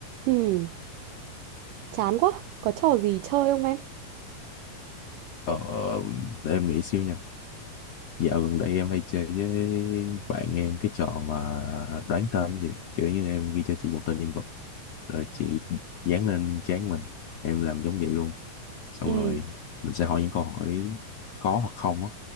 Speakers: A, on the right; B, on the left.
A: Ừm, chán quá. Có trò gì chơi không em?
B: Ờ, để em nghĩ xíu nha. Dạo gần đây em hay chơi với bạn em cái trò mà đoán tên gì. Kiểu như em ghi cho chị một tên nhân vật. Rồi chị dán lên trán mình. Em làm giống vậy luôn. Xong
A: ừ
B: rồi mình sẽ hỏi những câu hỏi có hoặc không á.